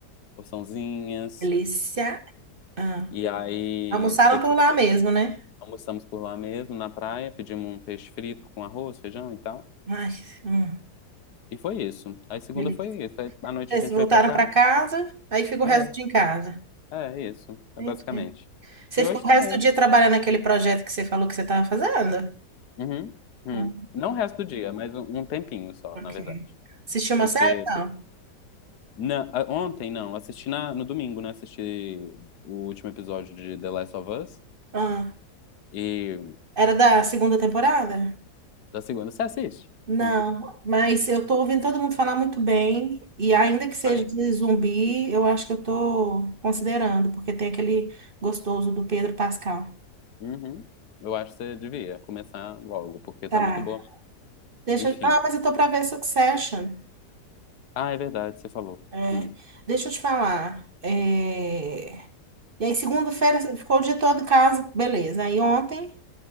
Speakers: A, on the left; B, on the right.
A: porçãozinhas.
B: Delícia. Ah.
A: E aí
B: Almoçaram
A: depois
B: por lá mesmo, né?
A: almoçamos por lá mesmo, na praia, pedimos um peixe frito com arroz, feijão e tal.
B: Ai, hum,
A: E foi isso. Aí segunda
B: delícia.
A: foi isso. Aí à noite
B: Eles
A: a gente
B: voltaram
A: veio pra casa.
B: para casa, aí fica o
A: É,
B: resto do dia em casa.
A: é isso. É
B: Entendi.
A: basicamente.
B: Você
A: E hoje
B: ficou o
A: também.
B: resto do dia trabalhando naquele projeto que você falou que você estava fazendo?
A: Uhum, uhum.
B: Ah.
A: Não o resto do dia, mas um um tempinho só,
B: Ok.
A: na verdade.
B: Assistiu uma
A: Porque
B: série? Não.
A: na- a- ontem, não, assisti na- no domingo, né? Assisti o último episódio de The Last of Us
B: Ah,
A: e
B: era da segunda temporada?
A: da segunda. Você assiste?
B: Não,
A: Hum.
B: mas eu tô ouvindo todo mundo falar muito bem, e ainda que seja
A: Aí,
B: de zumbi, eu acho que eu tô considerando, porque tem aquele gostoso do Pedro Pascal.
A: uhum. Eu acho que você devia começar logo, porque
B: Tá.
A: tá muito boa.
B: Deixa,
A: Enfim.
B: eu- não, mas eu tô pra ver Succession.
A: Ah, é verdade, você falou.
B: É,
A: Hum.
B: deixa eu te falar. É, e aí, segunda-feira, ficou o dia todo em casa, beleza. Aí ontem,